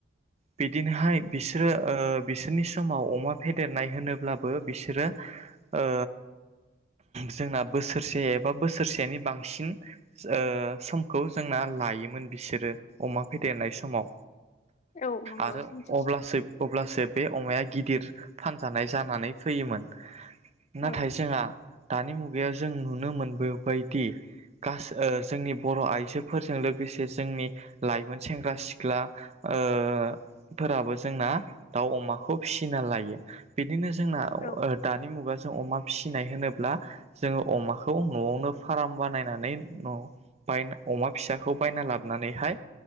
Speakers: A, on the right; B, on the left.
A: बिदिनोहाय बिसोरो ओ बिसोरनि समाव अमा फेदेरनाय होनोब्लाबो बिसोरो ओ जोंना बोसोरसे एबा बोसोरसेनि बांसिन ओ समखौ जोंना लायोमोन बिसोरो अमा फेदेरनाय समाव
B: औ नंगौ
A: आरो
B: नोंथां
A: अब्लासो अब्लासो बे अमाया गिदिर फानजानाय जानानै फैयोमोन नाथाय
B: औ
A: जोंहा दानि मु गायाव जों नुनो मोनबोबायदि गासै जोंनि बर' आइजोफोरजों लोगोसे जोंनि लाइमोन सेंग्रा सिख्ला ओ फोराबो जोंना दाउ अमाखौ फिसिना लायो बिदिनो जोंना ओ
B: औ
A: दानि मुगा जों अमा फिसिनाय होनोब्ला जोङो अमाखौ न'आवनो फाराम बानायनानै बाय अमा फिसाखौ बायना लाबोनां नानैहाय